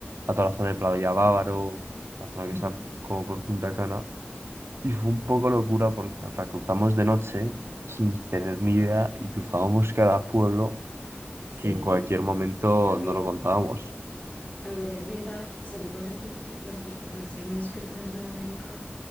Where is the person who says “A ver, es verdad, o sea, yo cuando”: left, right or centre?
Left